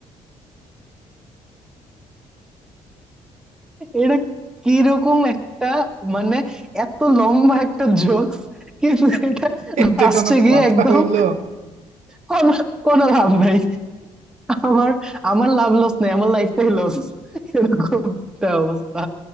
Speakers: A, in the centre; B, on the right.
A: এটা কিরকম একটা মানে এত লম্বা একটা জোকস কিন্তু এটা
B: এটা
A: লাস্টে
B: কোনো
A: গিয়ে
B: কথা
A: একদম
B: হইলো
A: কোনো কোনো লাভ নাই আমার আমার লাভ লস নেই আমার লাইফটাই লস এরকম একটা অবস্থা